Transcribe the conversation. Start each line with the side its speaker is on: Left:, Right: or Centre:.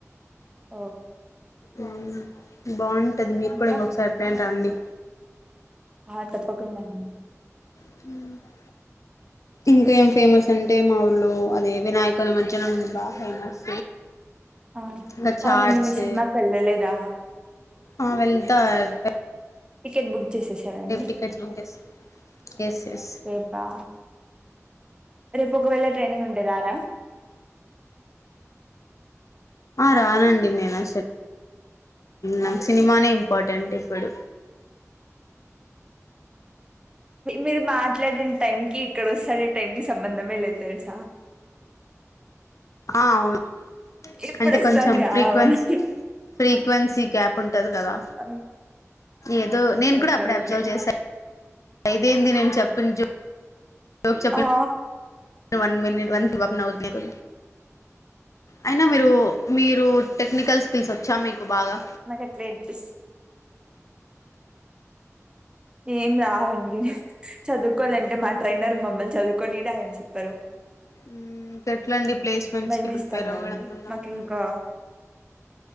Right: ఓ
Left: ఉమ్ బాగుంటది మీరు
Right: ఇంకా
Left: కూడా ఇంకొకసారి ప్లాన్ రండి
Right: ఆ తప్పకుండా అండి
Left: ఉ ఇంకా ఏం ఫేమస్ అంటే మా ఊర్లో అదే వినాయక నిమజ్జనం బా ఫేమస్
Right: ఆ
Left: ఇంకా
Right: అవునండి
Left: చాట్స్
Right: మీరు సినిమాకు ఎళ్లలేదా
Left: ఆ వెళతా <unintelligible>
Right: టికెట్ బుక్ చేసేసారండి
Left: టికెట్స్ బుక్ చేస్తా ఎస్ ఎస్
Right: రేపా రేపు ఒకవేళ ట్రైనింగ్ ఉంటే రారా
Left: ఆ రానండి నేను అసల్ నాకు సినిమానే ఇంపార్టెంట్ ఇప్పుడు
Right: మీరు మాట్లాడిన టైం కి ఇక్కడ వస్తాదే టైం కి సంబంధమే లేదు తెలుసా
Left: ఆ అవును
Right: ఇప్పుడు
Left: అంటే
Right: వస్తాంది
Left: కొంచెం ఫ్రీక్వెన్సీ
Right: అవును
Left: ఫ్రీక్వెన్సీ గ్యాప్ ఉంటుంది కదా
Right: ఆ,
Left: ఏదో నేను
Right: ఓకే
Left: కూడా అప్పుడే
Right: ఓకే
Left: అబ్జర్వ్ చేసాను అఐదేంది నేను చెప్పిన చెప్ <unintelligible>
Right: ఆ
Left: వన్ మినిట్ వన్ జబప్ న అవవుతున్నాకు అయినా మీరు మీరు టెక్నికల్ స్కిల్స్ వచ్చా మీకు బాగా
Right: నక్ అకట్లే అనిపి ఏం రావండి చదువుకోవాలంటే మా ట్రైనర్ మమ్మల్ని చదువుకొని ఆయ చెప్పరు
Left: మ్మ్ ఇంకెట్లండి ప్లేస్మెంట్స్కి
Right: భయమేస్తాందండి
Left: ప్రిపేర్ అవ్వడం వల్ల
Right: నాకు
Left: మనం
Right: ఇంకా